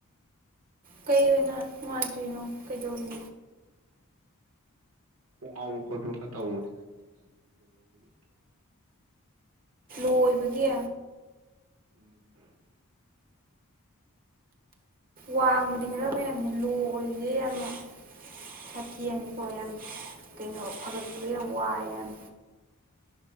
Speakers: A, on the right; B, on the right.
A: ꯀꯩ ꯑꯣꯏꯅ ꯅꯨꯡꯉꯥꯏꯇ꯭ꯔꯤꯅꯣ ꯀꯩꯗꯧꯔꯤ
B: ꯥꯎ ꯈꯠ꯭ꯔ ꯈ ꯇꯕꯅꯤꯗ ꯕꯤ ꯂꯣꯣꯏꯕꯒꯤ
A: ꯀꯣꯏꯕꯒꯤ
B: ꯎꯝ
A: ꯋꯥꯡꯕꯗꯤ ꯈꯔ
B: ꯂꯣ
A: ꯃꯌꯥꯝꯅꯤ ꯂꯣ ꯑꯣꯏꯁꯦ ꯌꯥꯝꯅ ꯊꯈꯤꯤꯔꯅꯤꯀꯣ ꯌꯥꯝ ꯀꯩꯅꯣ ꯐꯒꯠꯄꯗꯣ ꯌꯥꯝ ꯋꯥꯏꯑꯦ ꯌꯥꯝ